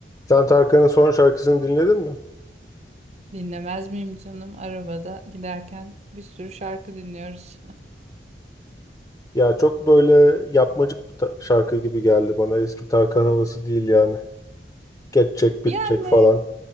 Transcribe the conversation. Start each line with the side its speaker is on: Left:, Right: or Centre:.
Left: Sen Tarkan'ın son şarkısını dinledin mi?
Right: Dinlemez miyim canım? Arabada giderken bir sürü şarkı dinliyoruz.
Left: Ya çok böyle yapmacık bir ta- şarkı gibi geldi bana. Eski Tarkan havası değil yani. Geçecek, bitecek
Right: Yani
Left: falan.